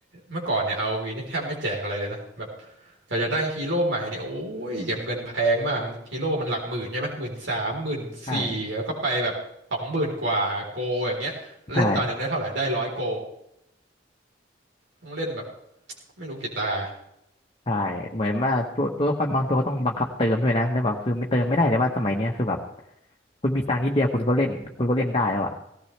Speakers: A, on the right; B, on the left.
A: เมื่อก่อนเนี่ยเอาวีนี่แทบไม่แจกอะไรเลยนะแบบอยากจะได้ฮีโร่ใหม่เนี่ยโอ้ยเก็บเงินแพงมากมันฮีโร่มันหลักหมื่นใช่ไหมหมื่นสามหมื่นสี่แล้วก็ไปแบบสองหมื่นกว่าโกอย่างเงี้ยเล่นตาหนึ่งได้เท่าไหร่ได้ร้อยโก
B: ใช่ใช่
A: ต้องเล่นแบบไม่รู้กี่ตา
B: ใช่เหมือนว่าตัวตัวละครบางตัวก็ต้องบังคับเติมด้วยนะแล้วแบบคือไม่เติมไม่ได้เลยว่าสมัยเนี้ยคือแบบคุณมีตังค์นิดเดียวคุณก็เล่นคุณก็เล่นได้แล้วอ่ะ